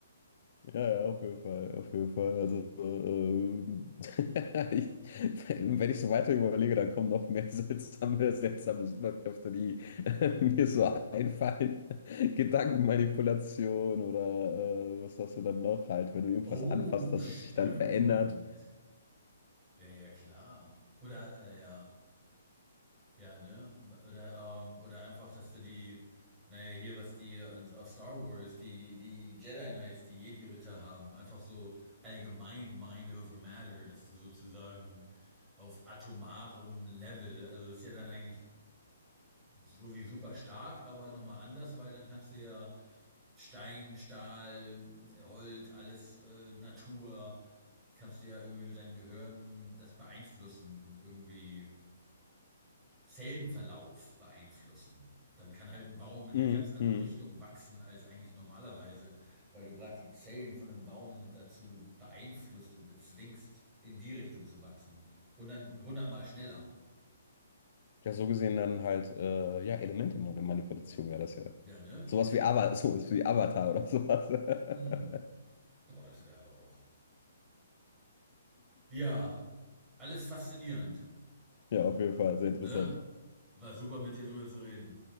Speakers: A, on the left (about 35°); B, in the centre.
A: Ja, ja, auf jeden Fall, auf jeden Fall.
B: Hm.
A: Also, äh, ähm, <laughs> ich, wenn ich so weiter überlege, dann kommen noch mehr <laughs> seltsame, seltsame Superkräfte, die äh, mir so einfallen. <laughs> Gedankenmanipulation oder äh, was hast du dann noch halt, wenn du irgendwas
B: oh,
A: anfasst, dass
B: stimmt.
A: es sich dann verändert.
B: Ja, ja, klar. Oder, äh, ja, ja, ne? Oder, ähm, oder einfach, dass du die, naja, hier, was die uns auf Star Wars, die, die Jedi Knights, die Jedi-Ritter haben, einfach so allgemein Mind over Matter, dass du sozusagen auf atomarem Level, also das ist ja dann eigentlich so wie super stark, aber nochmal anders, weil dann kannst du ja Stein, Stahl, Holz, alles äh, Natur, kannst du ja irgendwie mit deinem Gehirn das beeinflussen und irgendwie Zellenverlauf beeinflussen. Dann kann halt ein Baum in eine
A: Mhm,
B: ganz andere
A: mhm.
B: Richtung wachsen als eigentlich normalerweise, weil du gerade die Zellen von einem Baum dazu beeinflusst und bezwingst, in die Richtung zu wachsen. Und dann hundertmal schneller.
A: Ja, so gesehen dann halt, äh, ja, Elementemanipulation wäre das ja.
B: Ja, ne?
A: Sowas wie Ava, sowas wie Avatar oder sowas.
B: Mm.
A: <laughs>
B: Boah, das wäre aber auch Ja, alles faszinierend.
A: Ja, auf jeden Fall, sehr
B: Ne?
A: interessant.
B: War super mit dir drüber zu reden.